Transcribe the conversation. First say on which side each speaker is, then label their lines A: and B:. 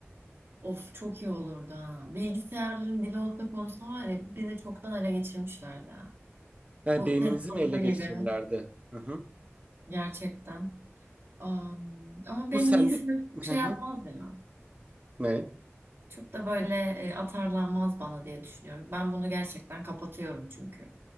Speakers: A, on the right; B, on the right.
A: Of çok iyi olurdu ha. Bilgisayarların dili olsa konusu var ya bizi çoktan ele geçirmişlerdi ha.
B: Yani
A: Bu
B: beynimizi
A: TED'ler
B: mi ele geçirirlerdi?
A: gibi
B: Hı hı.
A: gerçekten. Am, ama benim
B: Bu sendik...
A: bilgisayarım çok şey
B: Hı hı.
A: yapmaz ya.
B: Ne?
A: Çok da böyle e, atarlanmaz bana diye düşünüyorum. Ben bunu gerçekten kapatıyorum çünkü.